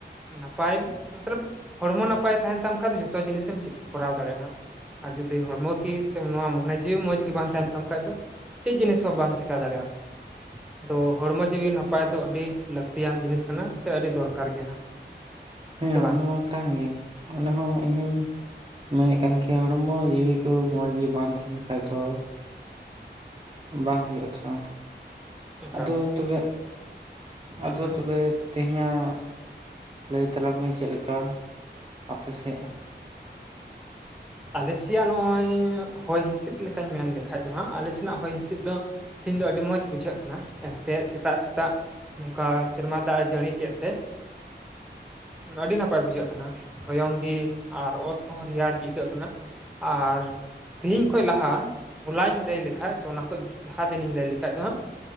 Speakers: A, in the centre; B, on the right.
A: ᱱᱟᱯᱟᱭ ᱢᱚᱛᱞᱚᱵ ᱦᱚᱲᱢᱚ ᱱᱟᱯᱟᱭ ᱛᱟᱦᱮᱸᱱ ᱛᱟᱢ ᱠᱷᱟᱡ ᱡᱚᱛᱚ ᱡᱤᱱᱤᱥ ᱮᱢ ᱠᱚᱨᱟᱣ ᱫᱟᱲᱮᱭᱟᱜ-ᱟ ᱦᱟᱸᱜ ᱟᱨ ᱡᱩᱫᱤ ᱦᱚᱲᱢ ᱜᱮ ᱥᱮ ᱱᱚᱣᱟ ᱢᱚᱱᱮ ᱡᱤᱣᱤ ᱢᱚᱸᱡᱽ ᱜᱤ ᱵᱟᱝ ᱛᱟᱦᱮᱸᱱ ᱛᱟᱢ ᱠᱷᱟᱡ ᱫᱚ ᱪᱮᱫ ᱡᱤᱱᱤᱥ ᱦᱚᱸ ᱵᱟᱢ ᱪᱮᱠᱟᱹ ᱫᱟᱲᱮᱭᱟᱜ-ᱟᱢ ᱛᱚ ᱦᱚᱲᱢᱚ ᱡᱤᱣᱤ ᱱᱟᱯᱟᱭ ᱫᱚ ᱟᱹᱰᱤ ᱞᱟᱹᱠᱛᱤᱭᱟᱱ ᱡᱤᱱᱤᱥ ᱠᱟᱱᱟ ᱥᱮ ᱟᱹᱰᱤ ᱫᱚᱨᱠᱟᱨ ᱜᱮᱭᱟ ᱦᱟᱸᱜ
B: ᱦᱮᱸ
A: ᱥᱮ ᱵᱟᱝ
B: ᱚᱱᱟ ᱠᱟᱱ ᱜᱮ ᱚᱱᱟ ᱦᱚᱸ ᱤᱧ ᱦᱚᱧ ᱢᱮᱱᱮᱫ ᱠᱟᱱ ᱜᱮᱭᱟ ᱦᱚᱲᱢᱚ ᱡᱤᱣᱤ ᱠᱚ ᱢᱚᱸᱡᱽ ᱜᱤ ᱵᱟᱝ ᱛᱟᱦᱮᱸᱱ ᱠᱷᱟᱡ ᱫᱚ ᱵᱟᱝ ᱦᱩᱭᱩᱜ-ᱟ ᱛᱚ
A: ᱮᱠᱟᱞ
B: ᱟᱫᱚ ᱛᱚᱵᱮ
A: ᱦᱩᱸ
B: ᱟᱫᱚ
A: ᱦᱩᱸ
B: ᱛᱚᱵᱮ ᱛᱮᱦᱮᱧ ᱟᱜ ᱞᱟᱹᱭ ᱛᱟᱞᱟᱝ ᱢᱮ ᱪᱮᱫ ᱞᱮᱠᱟ ᱟᱯᱮ ᱥᱮᱫ <inaudible>
A: ᱟᱞᱮ ᱥᱮᱭᱟᱜ ᱱᱚᱜ-ᱚᱭ ᱦᱚᱭ ᱦᱤᱸᱥᱤᱫ ᱞᱮᱠᱟᱧ ᱢᱮᱱ ᱞᱮᱠᱷᱟᱡ ᱫᱚ ᱦᱟᱸᱜ ᱟᱞᱮ ᱥᱮᱱᱟᱜ ᱦᱚᱭ ᱦᱤᱸᱥᱤᱫ ᱫᱚ ᱛᱤᱦᱤᱧ ᱫᱚ ᱟᱹᱰᱤ ᱢᱚᱸᱡᱽ ᱵᱩᱡᱷᱟᱹᱜ ᱠᱟᱱᱟ ᱮᱱᱛᱮ ᱥᱮᱛᱟᱜ ᱥᱮᱛᱟᱜ ᱱᱚᱝᱠᱟ ᱥᱮᱨᱢᱟ ᱫᱟᱜ ᱮ ᱡᱟᱹᱲᱤ ᱠᱮᱫ ᱛᱮ ᱟᱹᱰᱤ ᱱᱟᱯᱟᱭ ᱵᱩᱡᱷᱟᱹᱜ ᱠᱟᱱᱟ ᱦᱚᱭᱚᱝᱜᱤ ᱟᱨ ᱚᱛ ᱠᱚᱦᱚᱸ ᱨᱮᱭᱟᱲ ᱜᱮ ᱟᱹᱭᱠᱟᱹᱜ ᱠᱟᱱᱟ ᱟᱨ ᱛᱤᱦᱮᱧ ᱠᱷᱚᱡ ᱞᱟᱦᱟ ᱦᱚᱞᱟᱧ ᱞᱟᱹᱭ ᱞᱮᱠᱷᱟᱡ ᱥᱮ ᱚᱱᱟ ᱠᱷᱚᱡ ᱞᱟᱦᱟ ᱫᱤᱱᱤᱧ ᱞᱟᱹᱭ ᱞᱮᱠᱷᱟᱡ ᱫᱚ ᱦᱟᱸᱜ